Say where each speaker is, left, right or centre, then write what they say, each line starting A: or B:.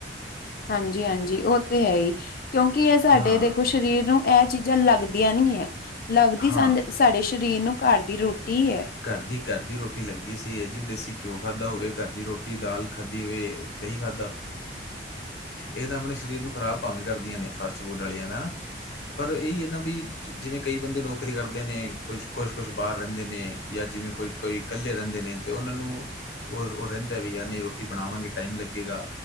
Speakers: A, on the left; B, on the left.
A: ਹਾਂਜੀ, ਹਾਂਜੀ ਉਹ ਤੇ ਹੈ। ਹੀ ਕਿਉਂਕਿ ਇਹ ਸਾਡੇ
B: ਹਾਂ,
A: ਦੇਖੋ ਸਰੀਰ ਨੂੰ ਇਹ ਚੀਜ਼ਾਂ ਲੱਗਦੀਆਂ ਨਹੀਂੀ ਹੈ ਲੱਗਦੀ
B: ਹਾਂ।
A: ਸ ਸਾਡੇ ਸਰੀਰ ਨੂੰ ਘਰ ਦੀ ਰੋਟੀ ਹੈ।
B: ਘਰ ਦੀ ਘਰ ਦੀ ਰੋਟੀ ਲੱਗਦੀ ਹੈ। ਸਹੀ ਹੈ ਜੀ ਦੇਸੀ ਘਿਓ ਖਾਧਾ ਹੋਵੇ ਘਰ ਦੀ ਰੋਟੀ ਦਾਲ ਖਾਧੀ ਹੋਵੇ। ਦਹੀਂ ਖਾ ਇਹ ਤਾਂ ਆਪਣੇ ਸਰੀਰ ਨੂੰ ਖ਼ਰਾਬ ਭਾਵੇਂ ਕਰਦੀਆਂ ਨੇ ਫਾਸਟ ਫੂਡ ਆ ਲੀਆਂ ਹਨਾ। ਪਰ ਇਹੀ ਹੈ ਨਾ ਵੀ ਜਿਵੇਂ ਕਈ ਬੰਦੇ ਨੌਕਰੀ ਕਰਦੇ ਨੇ ਕੁਝ ਕੁਛ ਕੁਛ ਬਾਹਰ ਰਹਿੰਦੇ ਨੇ। ਜਾਂ ਜਿਵੇਂ ਕੋਈ ਕੋਈ ਕੱਲੇ ਰਹਿੰਦੇ ਨੇ ਤੇ ਉਹਨਾਂ ਨੂੰ। ਉਹ ਉਹ ਰਹਿੰਦਾ ਵੀ ਯਾਰ ਨਹੀਂ ਰੋਟੀ ਬਣਾਵਾਂਗੇ ਟਾਈਮ ਲੱਗੇਗਾ।